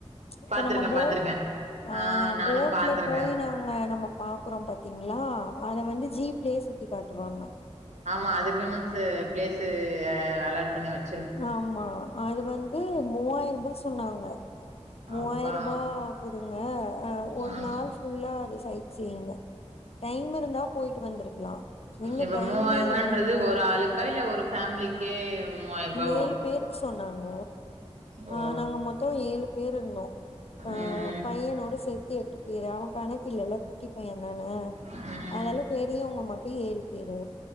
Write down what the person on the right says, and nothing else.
பாத்துருக்கே
பாத்துருக்கே
ஆ நானு
பாத்துருக்கே
ஆமா அதுக்குன்ன ச பிளேஸ்சு அலாட் பண்ணி வெச்
அப்பா
ஆ
இப்ப
மூவாயிரூபான்றது
ஒரு ஆளுக்கு கையில ஒரு ஃபேமிலிக்கே மூவாயிர ரூபா
ஓ
ஓ
ம்
ம்